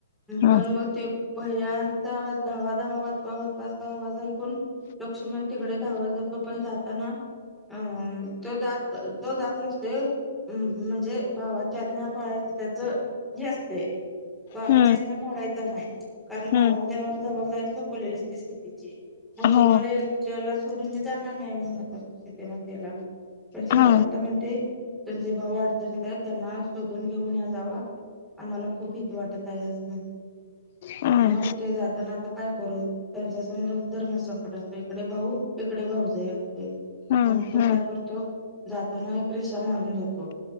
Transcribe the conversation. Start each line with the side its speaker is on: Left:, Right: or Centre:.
Left: हम्म.
Centre: पण मग ते भैयांचा आवाज धावा, धावा वाचवा -वाचवा असा आवाज ऐकून लक्ष्मण तिकडे धावत जातो पण जाताना अ तो जात तो जात नसतोय म म्हणजे भावाच्या आज्ञा पाळायची त्याच हे असतय भावाच्या
Left: हम्म
Centre: आज्ञा मोडायचा नाय
Left: हम्म
Centre: त्यावर जबाबदारी सोपवलेली असते सितेची मग तुम्हाला
Left: हो
Centre: त्याला सोडून मी जाणार नाही म्हणत असतो सीतेमातेला पण सीतामाता
Left: हा
Centre: म्हणते तुमचे भाव अडचणीत आहेत त्यांना शोधून घेऊन या जावा आम्हाला खूप भीती वाटत आहे असं म्हणते ते
Left: हम्म
Centre: मग ते जाताना आता काय करू? त्यांच्या समोर धर्म संकट असतं इकडे भाऊ इकडे भाऊजाई असते
Left: हम्म
Centre: मग तो
Left: हम्म.
Centre: काय करतो जाताना एक रिसा मारून जातो